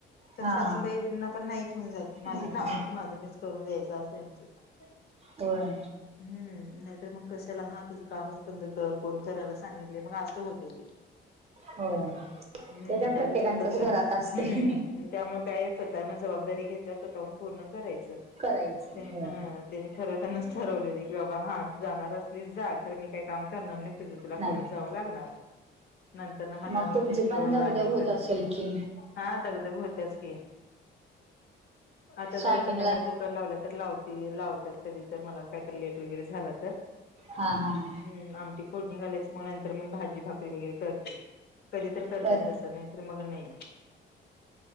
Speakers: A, on the left; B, on the right.
A: तरं
B: हा
A: सासूबाईंना
B: हा
A: पण नाही ठेवून जात माझी
B: दादा
A: काम आयत ती माझं मीच करून जायचं अस आय. <inaudible>
B: होय.
A: हम्म नाय तर मग कशाला हा तुझं कामच बंद कर कोण करायला सांगितले मग असं होतय ते.
B: होय
A: हम्म
B: ते का
A: त्यापेक्षा
B: प्रत्येकांच्याच
A: स्वतः
B: घरात आसतय.
A: हम्म त्यामुळे काय स्वतः न जबाबदारी घेतल्या स्वतःहून पूर्ण करायचं
B: करायचं
A: ते
B: होय
A: हा. ठरवताणाच ठरवलेले की बाबा हा तू जाणार असलीस जा खरं मी काय काम करणार नाय. तुझं तुला
B: नाही
A: करून जावं लागणार नंतर ना म्हणायला
B: मग
A: नकोस
B: तुमची
A: कि
B: पण
A: लोड
B: दगदग
A: व्हायलाय
B: होत
A: करत
B: असेल
A: नाय.
B: की
A: हा दगदग होत्याच की आता
B: स्टार्टिंगला
A: जरा संध्याकाळ ब कुकर लावल्या तर लावते लावतात कधी तर मला काय तर लेट वगैरे झाला तर.
B: हा हा हा.
A: हम् आमटी फोडणी घालायच मग नंतर मी भाजी भाकरी वगैरे करते. कधी तर करतात
B: पर
A: तसं नाय तर मग नाय.